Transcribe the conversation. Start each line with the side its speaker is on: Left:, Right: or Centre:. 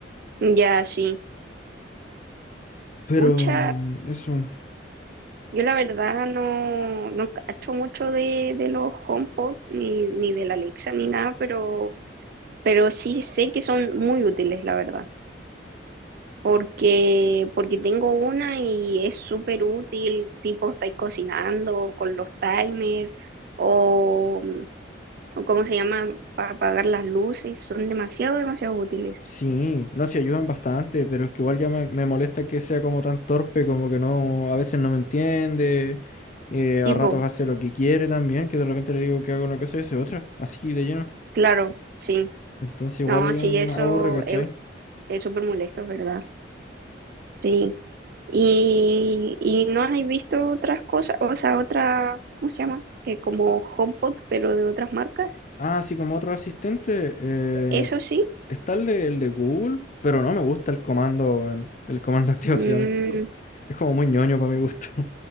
Right: ya, sí.
Left: Pero
Right: Pucha,
Left: mm, eso,
Right: yo la verdad no, no cacho mucho de, de los HomePod ni, ni de la Alexa ni nada, pero, pero sí sé que son muy útiles, la verdad. porque, porque tengo una y es súper útil, tipo estáis cocinando con los timers o, o cómo se llama, para apagar las luces, son demasiado, demasiado útiles.
Left: sí, no se ayudan bastante, pero es que igual ya me, me molesta que sea como tan torpe, como que no, a veces no me entiende, eh, a
Right: Tipo,
Left: ratos hace lo que quiere también, que de repente le digo que haga una cosa y hace otra, así de lleno.
Right: claro, sí.
Left: Entonces igual
Right: No, sí, eso
Left: aburre, ¿cachai?
Right: es es súper molesto, es ¿verdad? Sí. Y, y no has visto otras cosas, o sea, otra, ¿cómo se llama? Eh, como HomePod, pero de otras marcas.
Left: Ah, así como otro asistente, eh,
Right: Eso sí.
Left: está el de, el de Google, pero no me gusta el comando, weón. el comando <laughs> de activación,
Right: Mm,
Left: es, co- es como muy ñoño para mi gusto, <laughs>